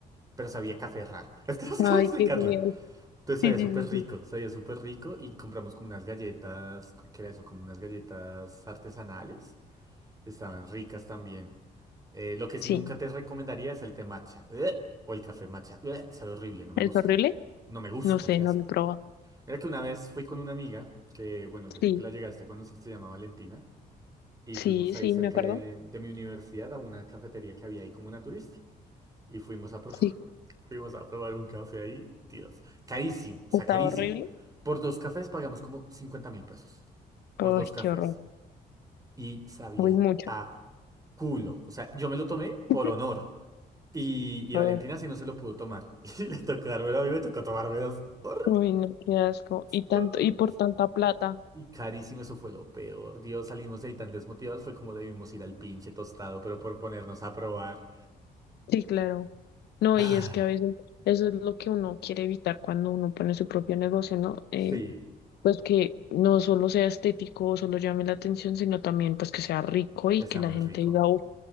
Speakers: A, on the right; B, on the left.
A: pero sabía café raro. <laughs> Es que no sé
B: Ay,
A: cómo explicarlo.
B: qué genial.
A: Entonces sabía
B: Sí, sí,
A: súper
B: sí,
A: rico,
B: sí.
A: sabía súper rico. Y compramos como unas galletas, ¿qué era eso? Como unas galletas artesanales. Estaban ricas también. Eh, lo que sí
B: Sí,
A: nunca te recomendaría es el té matcha. ¡Ugh! O el café matcha. ¡Ugh! Sabe horrible, no me
B: ¿es
A: gusta.
B: horrible?
A: No me gusta,
B: No sé,
A: qué asco.
B: no lo he probado.
A: Mira que una vez fui con una amiga, que bueno, yo
B: Sí,
A: creo que la llegaste a conocer, se llama Valentina, y
B: sí,
A: fuimos ahí
B: sí,
A: cerca
B: me acuerdo.
A: de, de mi universidad a una cafetería que había ahí como naturista. Y fuimos a, pro- <laughs>
B: Sí,
A: fuimos a probar un café ahí, Dios. Carísimo, o sea,
B: estaba
A: carísimo.
B: horrible.
A: Por dos cafés pagamos como cincuenta mil pesos. Por
B: Ay,
A: dos cafés.
B: qué horror.
A: Y sabía
B: Uy, mucha.
A: a culo. O sea, yo me lo tomé por
B: <laughs>
A: honor. Y, y
B: Ay,
A: Valentina sí no se lo pudo tomar. <laughs> Y le tocó dármelo a mí, me tocó tomarme dos. Horribles,
B: Uy, no, qué asco. Y tanto,
A: horribles.
B: y por tanta plata.
A: Y carísimo, eso fue lo peor. Dios, salimos de ahí tan desmotivados. Fue como debimos ir al pinche tostado, pero por ponernos a probar.
B: Sí, claro. No,
A: Ay,
B: y es que a veces eso es lo que uno quiere evitar cuando uno pone su propio negocio, ¿no? Eh,
A: sí,
B: pues que no solo sea estético o solo llame la atención, sino también pues que sea rico y
A: que sea
B: que la
A: muy
B: gente
A: rico.
B: diga, "Uf,